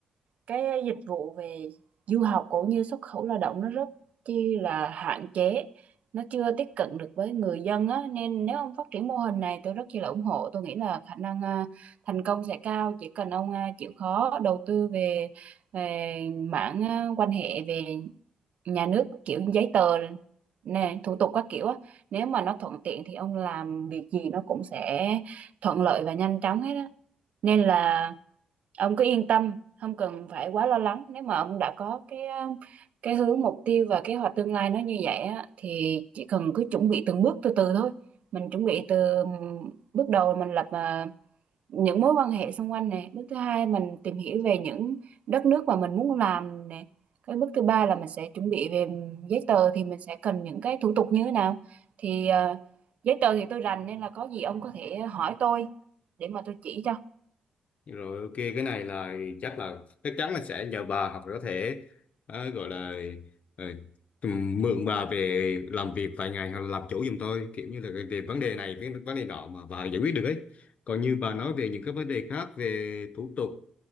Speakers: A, on the right; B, on the left.
A: cái dịch vụ về du học cũng như xuất khẩu lao động nó rất chi là hạn chế nó chưa tiếp cận được với người dân á nên nếu ông phát triển mô hình này tôi rất chi là ủng hộ tôi nghĩ là khả năng à, thành công sẽ cao chỉ cần ông à, chịu khó đầu tư về về mảng à, quan hệ về nhà nước kiểu giấy tờ nè thủ tục các kiểu á nếu mà nó thuận tiện thì ông làm việc gì nó cũng sẽ thuận lợi và nhanh chóng hết á nên là ông cứ yên tâm không cần phải quá lo lắng nếu mà ông đã có cái um, cái hướng mục tiêu và kế hoạch tương lai nó như vậy á, thì chỉ cần cứ chuẩn bị từng bước từ từ thôi mình chuẩn bị từ um, bước đầu mình lập à, những mối quan hệ xung quanh nè bước thứ hai mình tìm hiểu về những đất nước mà mình muốn làm nè cái bước thứ ba là mình sẽ chuẩn bị về giấy tờ thì mình sẽ cần những cái thủ tục như thế nào thì à, giấy tờ thì tôi rành nên là có gì ông có thể hỏi tôi để mà tôi chỉ cho
B: Rồi ok cái này là chắc là chắc chắn là sẽ nhờ bà hoặc là có thể ờ, gọi là ờ, tùm- mượn bà về làm việc vài ngày hoặc là làm chủ giùm tôi kiểu như là về vấn đề này cái vấn đề nọ mà bà giải quyết được ấy. Còn như bà nói về những cái vấn đề khác về thủ tục